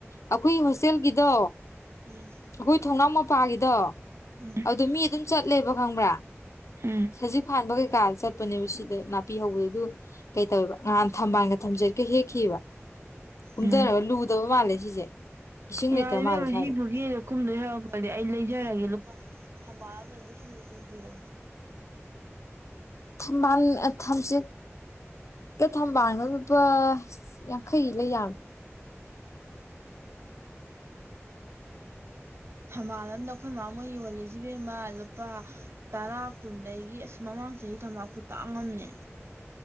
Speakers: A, on the left; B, on the right.
A: ꯑꯩꯈꯣꯏꯒꯤ ꯍꯣꯁꯇꯦꯜꯒꯤꯗꯣ
B: ꯎꯝ
A: ꯑꯩꯈꯣꯏ ꯊꯣꯡꯅꯥꯎ ꯃꯄꯥꯒꯤꯗꯣ
B: ꯎꯝ
A: ꯑꯗꯨ ꯃꯤ ꯑꯗꯨꯝ ꯆꯠꯂꯦꯕ ꯈꯪꯕ꯭ꯔꯥ
B: ꯎꯝ
A: ꯁꯖꯤꯛ ꯐꯥꯟꯕ ꯀꯩꯀꯥ ꯆꯠꯄꯅꯦꯕ ꯁꯤꯗ ꯄꯤꯍꯧꯕꯗꯨ ꯀꯩ ꯇꯧꯋꯦꯕ ꯉꯍꯥꯟ ꯊꯝꯕꯥꯜꯒ ꯊꯝꯖꯔꯤꯒ ꯍꯦꯛꯈꯤꯕ ꯀꯨꯝꯊꯔꯒ
B: ꯎꯝ
A: ꯂꯨꯗꯕ ꯃꯥꯜꯂꯦ ꯁꯤꯁꯦ ꯏꯁꯤꯡ
B: ꯌꯥꯔ‌ꯦ
A: ꯂꯩꯇꯕ
B: ꯏꯕ‌ꯦꯝꯃ
A: ꯃꯥꯜꯂꯦ ꯁ꯭ꯋꯥꯏꯗ
B: ꯁꯤꯗꯨꯒꯤ ꯀꯨꯝꯗꯣꯏ ꯍꯧꯔꯛꯄꯗꯤ ꯑꯩ ꯂꯩꯖꯔꯒꯦ ꯂꯨꯄꯥ ꯊꯝꯕꯥꯜ ꯑꯃꯗ ꯂꯤꯁꯤꯡ ꯂꯤꯁꯤꯡ ꯄꯤꯔꯅꯤ
A: ꯊꯝꯕꯥꯜ ꯊꯝꯆ‌ꯦꯠ ꯀ ꯊꯝꯕꯥꯜꯅ ꯂꯨꯄꯥ ꯌꯥꯡꯈꯩ ꯂꯩ ꯌꯥꯕꯔ
B: ꯊꯕꯥꯂꯟꯗ ꯑꯩꯈꯣꯏ ꯃꯃꯥ ꯑꯃ ꯌꯣꯜꯂꯤꯁꯤꯕꯦꯝꯃ ꯂꯨꯄꯥ ꯇꯔꯥ ꯀꯨꯟꯗꯒꯤ ꯑꯁ ꯃꯃꯥꯡ ꯆꯍꯤ ꯊꯝꯕꯥꯄꯨ ꯇꯥꯡꯉꯝꯅꯦ